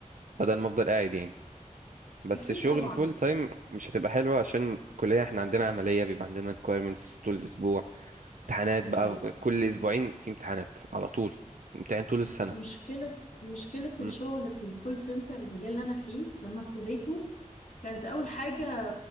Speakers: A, on the right; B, on the left.
A: بدل ما افضل قاعد يعني بس
B: أكيد
A: شغل
B: طبعا
A: فول تايم مش هتبقى حلوة عشان الكلية احنا عندنا عملية بيبقى عندنا requirements طول الأسبوع امتحانات
B: أكيد
A: بقى كل أسبوعين في امتحانات على طول امتحان طول السنة
B: مشكلة مشكلة
A: مم.
B: الشغل في الكول سنتر المجال اللي أنا فيه لما ابتديته كانت أول حاجة